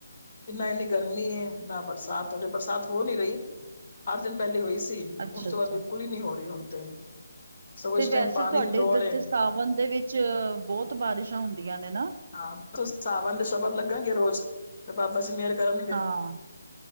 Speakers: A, on the left (about 35°); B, on the right (about 45°).
A: ਨਾ ਇੰਨੀ ਗਰਮੀ ਹੈ, ਨਾ ਬਰਸਾਤ ਅਜੇ ਬਰਸਾਤ ਹੋ ਨੀ ਰਹੀ ਅੱਠ ਦਿਨ ਪਹਿਲੇ ਹੋਈ ਸੀ।
B: ਅੱਛਾ
A: ਉਸ ਤੋਂ
B: ਅੱਛਾ
A: ਬਾਅਦ ਬਿਲਕੁਲ ਹੀ ਨੀ ਹੋ ਰਹੀ ਹੁਣ ਤੇ। ਸਗੋਂ
B: ਤੇ
A: ਇਸ
B: ਵੈਸੇ
A: ਟਾਈਮ ਪਾਣੀ
B: ਤੁਹਾਡੇ
A: ਦੀ ਲੋੜ
B: ਇੱਧਰ
A: ਏ
B: ਦੇ ਸਾਵਨ ਦੇ ਵਿੱਚ ਬਹੁਤ ਬਾਰਿਸ਼ਾਂ ਹੁੰਦੀਆਂ ਨੇ ਨਾ।
A: ਹਾਂ ਸਾਵਣ ਦੇ ਸ਼ਬਦ ਲੱਗਣਗੇ ਰੋਜ਼, ਤੇ ਬਾਬਾ ਜੀ ਮੇਰ ਕਰਨਗੇ,
B: ਹਾਂ,